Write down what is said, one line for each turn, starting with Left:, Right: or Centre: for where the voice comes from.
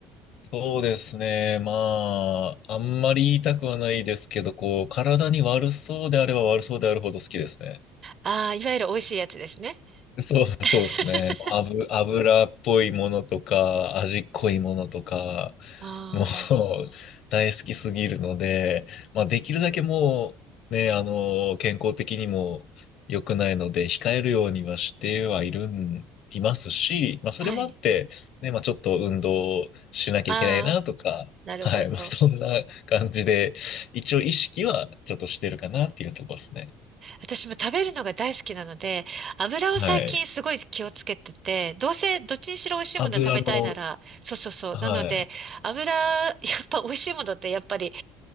Left: そうですね。まあ、あんまり言いたくはないですけど、こう、体に悪そうであれば悪そうであるほど好きですね。
Right: ああ、いわゆる美味しいやつですね。
Left: そう、
Right: <laughs>
Left: そうですね。油、油っぽいものとか、味濃いものとか、
Right: ああ、
Left: もう <laughs> 大好きすぎるので、まあ、できるだけもう、
Right: えー
Left: ね、あの、健康的にも良くないので、控えるようにはしてはいるん、いますし、まあ、それもあって、
Right: はい。
Left: ね、まあ、ちょっと運動しなきゃいけないなとか、
Right: ああ、なるほど。
Left: はい、まあ、そんな感じで、一応意識はちょっとしてるかなっていうところですね。
Right: 私も食べるのが大好きなので、油を最近すごい気をつけてて、
Left: はい。
Right: どうせどっちにしろ美味しいもの食べたいなら、
Left: 油の、
Right: そうそうそう。
Left: はい。
Right: なので、油、<laughs> やっぱ美味しいものってやっぱり